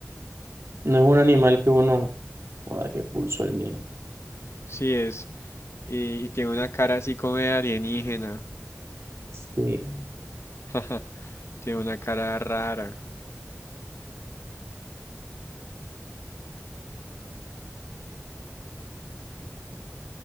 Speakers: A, on the right (about 65°); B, on the left (about 60°).
A: No es un animal que uno. Joda, qué pulso el mío.
B: Sí es. Y, y tiene una cara así como de alienígena.
A: Sí.
B: <laughs> Tiene una cara rara.